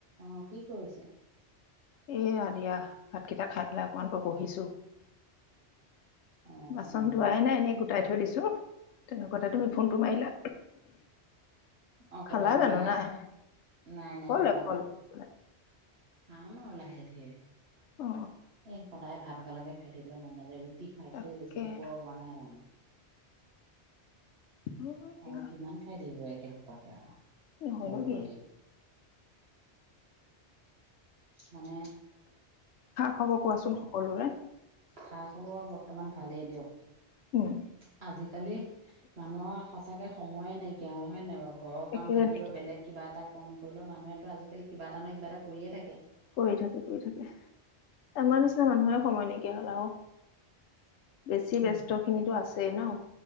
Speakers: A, on the right (about 65°); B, on the left (about 85°).
A: অ, কি কৰিছে?
B: এয়া দিয়া ভাতকেইটা খাই পেলাই অকমান ব বহিছো।
A: অ
B: বাচন ধোৱাই নাই, এনেই গোটাই থৈ দিছো। তেনে কথা তুমি ফোনটো মাৰিলা।
A: অকলে
B: খালা
A: অকলেহে
B: জানো নাই
A: নাই নাই
B: কলে
A: খোৱা
B: কলে
A: নাই
B: কলে।
A: খাম আৰু লাহে ধীৰে এ
B: অ
A: সদায় ভাত গালাকে খাই থিবলৈ মন নাযায়। খাইছে
B: তাকে
A: বেছিত পোৱা হোৱা নাই মানে।
B: হয় দিয়া
A: আৰু কিমান খাই থাকিবা একে সোপাকে আৰু।
B: নহয়
A: হ'ল
B: নকি?
A: বুলি মানে।
B: হ'ব কোৱাচোন সকলোৰে।
A: খা, খবৰ আৰু বৰ্তমান ভালেই দিয়ক।
B: উম
A: আজিকালি মানুহৰ সচাকে সময়ে নাইকিয়া হল। হয় নাইব- ঘৰৰ কাম
B: একেবাৰে
A: থাকিলেও বেলেগ কিবা এটা কম কৰিলেও, মানুহেতো আজিকালি কিবা এটা নহয় কিবা এটা কৰিয়ে থাকে।
B: কৰি থাকে কৰি থাকে। আমাৰ নিচিনা মানুহে সময় নাইকিয়া হল আৰু, বেছি ব্যস্ত খিনিতো আছেই। চ ন।